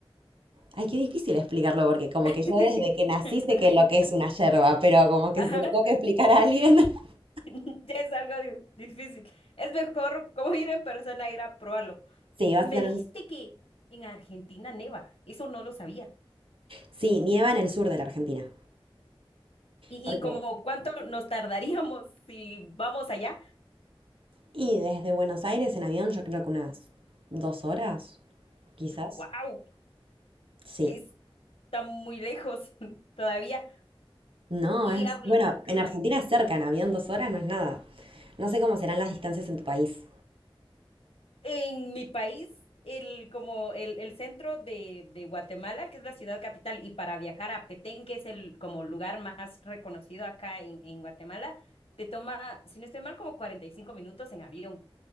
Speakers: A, on the right (about 65°); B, on the left (about 80°).
A: Ay, qué difícil explicarlo, porque como
B: <laughs>
A: que yo desde que nací sé que lo que es una yerba, pero como que
B: Ajá.
A: se lo tengo que explicar a alguien. <laughs>
B: <laughs> Ya es algo di- difícil. Es mejor como ir en persona, ir a probarlo.
A: Sí, vas
B: Me
A: a tener.
B: dijiste que en Argentina neva. Eso no lo sabía.
A: Sí, nieva en el sur de la Argentina.
B: Y,
A: ¿Por
B: y
A: qué?
B: como cuánto nos tardaríamos si vamos allá.
A: Y desde Buenos Aires en avión, yo creo que unas dos horas, quizás.
B: ¡Wow!
A: Sí.
B: Está muy lejos <laughs> todavía.
A: No,
B: Y
A: es.
B: hablo.
A: Bueno, en
B: <laughs>
A: Argentina es cerca, en avión dos horas no es nada. No sé cómo serán las distancias en tu país.
B: En mi país, el, como el, el centro de, de Guatemala, que es la ciudad capital, y para viajar a Petén, que es el como lugar más reconocido acá en, en Guatemala, te toma, si no estoy mal, como 45 minutos en avión.